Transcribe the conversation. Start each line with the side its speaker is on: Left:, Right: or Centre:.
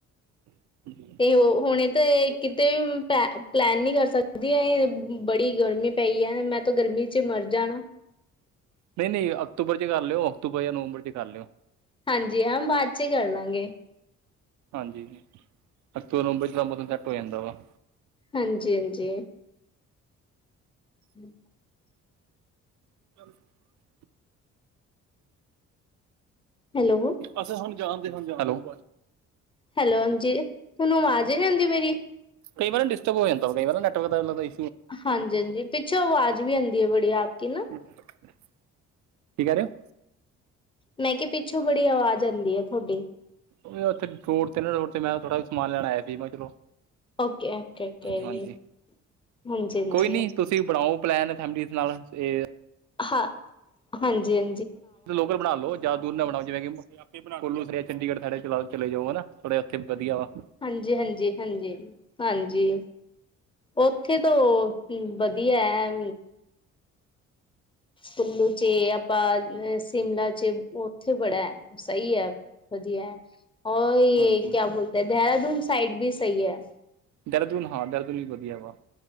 Right: <unintelligible>
Left: ਉਹ ਹੁਣੇ ਤਾਂ ਇਹ ਕਿਤੇ ਵੀ ਪ ਪਲੈਨ ਨਹੀਂ ਕਰ ਸਕਦੀ ਇਹ ਬ ਬੜੀ ਗਰਮੀ ਪਈ ਆ ਮੈਂ ਤੋਂ ਗਰਮੀ ਚ ਮਰ ਜਾਣਾ
Right: ਨਈ, ਨਈ ਅਕਤੂਬਰ ਚ ਕਰ ਲਓ ਅਕਤੂਬਰ ਜਾਂ ਨਵੰਬਰ ਚ ਕਰ ਲਿਓ
Left: ਹਾਂਜੀ ਹਮ ਬਾਦ ਚ ਕਰ ਲਾਂਗੇ
Right: ਹਾਂਜੀ ਅਕਤੂਬਰ, ਨਵੰਬਰ ਚ ਤਾਂ ਮੌਸਮ ਸੱਟ ਹੋ ਜਾਂਦਾ ਵਾ
Left: ਹਾਂਜੀ-ਹਾਂਜੀ <inaudible>
Right: <unintelligible>
Left: ਹੈਲੋ
Right: ਅਸੀਂ ਹੁਣ ਜਾਣਦੇ ਹੁਣ ਜਾਣਦੇ, ਹੈਲੋ
Left: ਹੈਲੋ ਹਾਂਜੀ ਤੁਹਾਨੂੰ ਅਵਾਜ਼ ਨਹੀਂ ਆਂਦੀ ਮੇਰੀ
Right: ਕਈ ਵਾਰ ਡਿਸਟਰਬ ਹੋ ਜਾਂਦਾ ਕਈ ਵਾਰ ਨੈਟਵਰਕ ਦਾ ਲੱਗਦਾ ਇ
Left: ਹਾਂਜੀ, ਹਾਂਜੀ ਪਿੱਛੋਂ ਆਵਾਜ਼ ਵੀ ਆਂਦੀ ਐ ਬੜੀ ਆਪ ਕੀ ਨਾ
Right: <inaudible> ਕੀ ਕਹਿ ਰਹੇ ਹੋ
Left: ਮੈਂ ਕਿਹਾ ਪਿੱਛੋਂ ਬੜੀ ਅਵਾਜ਼ ਆਂਦੀ ਐ ਤੁਹਾਡੀ
Right: ਮੈਂ ਉੱਥੇ ਰੋਡ ਤੇ ਨਾ ਰੋਡ ਤੇ ਮੈਂ ਥੋੜ੍ਹਾ ਸਮਾਨ ਲੈਣ ਆਇਆ ਸੀ ਮੈਂ ਚਲੋ
Left: ਓਕੇ ਓਕੇ ਓਕੇ
Right: ਹਾਂਜੀ,
Left: ਜੀ ਹਾਂਜੀ ਹਾਂਜੀ
Right: ਕੋਈ ਨੀ ਤੁਸੀਂ ਬਣਾਓ ਪਲੈਨ ਫੈਮਲੀਜ ਨਾਲ ਤੇ
Left: ਹਾਂ, ਹਾਂਜੀ ਹਾ
Right: ਲੋਕਲ ਬਣਾ ਲਓ ਜਿਆਦਾ ਦੂਰ ਨਾ ਬਣਾਓ ਜਿਵੇਂ ਕਿ ਕੁੱਲੂ ਸੈ ਚੰਡੀਗੜ੍ਹ ਸੈਡ ਚ ਚਲੇ ਜਾਓ ਹਨਾ ਥੋੜਾ ਉੱਥੇ ਵਧੀਆ ਵਾ
Left: ਹਾਂਜੀ ਹਾਂਜੀ ਹਾਂਜੀ ਹਾਂਜੀ ਉੱਥੇ ਤੋਂ ਅ ਵਧੀਆ ਐ ਕੁੱਲੂ ਚ ਆਪਾਂ ਅ ਸ਼ਿਮਲਾ ਚ ਉੱਥੇ ਬੜਾ ਸਹੀ ਐ ਵਧੀਆ ਔਰ ਇਹ
Right: ਹਾਂਜੀ
Left: ਕਿਆ ਬੋਲ ਤੇ ਦੇਹਰਾਦੂਨ ਸਾਈਡ ਵੀ ਸਹੀ ਐ
Right: ਦੇਹਰਾਦੂਨ ਹਾਂ ਦੇਹਰਾਦੂਨ ਵੀ ਵਧੀਆ ਵਾ,